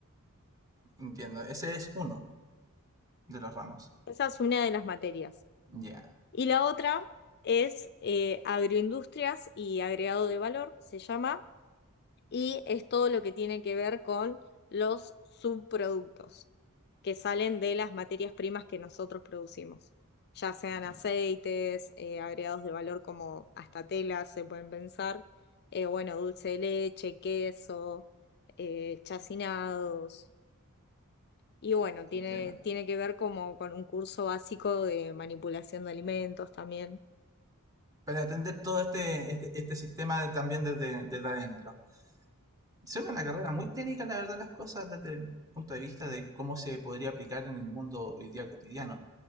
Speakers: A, on the right; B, on the left.
A: entiendo. Ese es uno de los ramos.
B: Esa es una de las materias.
A: Ya,
B: Y la otra es eh, agroindustrias y agregado de valor, se llama. y es todo lo que tiene que ver con los subproductos que salen de las materias primas que nosotros producimos, ya sean
A: entiendo,
B: aceites, eh, agregados de valor como hasta telas se pueden pensar, eh, bueno, dulce de leche, queso, eh, chacinados, y bueno, tiene,
A: entiendo.
B: tiene que ver como con un curso básico de manipulación de alimentos también.
A: para atender todo este, este, este sistema de- también desde, desde adentro. Es una carrera muy técnica, la verdad, las cosas desde el punto de vista de cómo se podría aplicar en el mundo hoy día cotidiano.